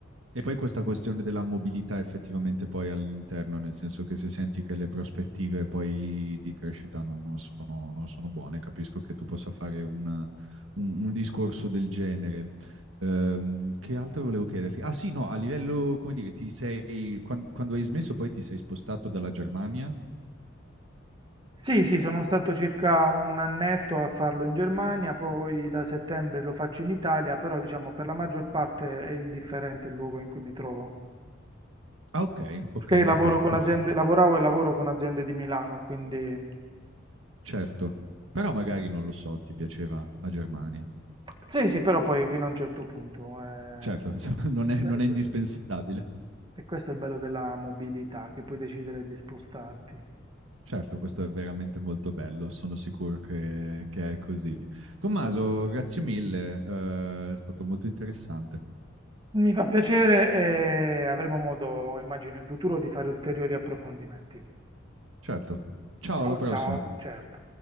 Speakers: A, on the right; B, on the right.
A: e poi questa questione della mobilità effettivamente poi all'interno, nel senso che se senti che le prospettive poi di crescita non, non sono, non sono buone, capisco che tu possa fare una- un, un discorso del genere. Ehm, che altro volevo chiederti? Ah sì, no, a livello, come dire, ti sei, quan- quando, hai smesso poi ti sei spostato dalla Germania?
B: Sì, sì, sono stato circa un annetto a farlo in Germania, poi da settembre lo faccio in Italia, però diciamo per la maggior parte è indifferente il luogo in cui mi trovo.
A: Ah ok, ok,
B: Perché lavoro
A: ok,
B: con
A: perfetto,
B: aziende, lavoravo e lavoro con aziende di Milano, quindi
A: certo. Però magari non lo so, ti piaceva la Germania.
B: sì, sì, però poi fino a un certo punto. eh,
A: Certo, <laughs> insomma, non è
B: que-
A: non
B: que-
A: è indispensabile.
B: E questo è il bello della mobilità, che puoi decidere di spostarti.
A: Certo, questo è veramente molto bello, sono sicuro che, che è così. Tommaso, grazie mille, eh, è stato molto interessante.
B: Mi fa piacere e avremo modo, immagino, in futuro di fare ulteriori approfondimenti.
A: Certo, ciao,
B: Ciao,
A: alla prossima.
B: ciao, certo.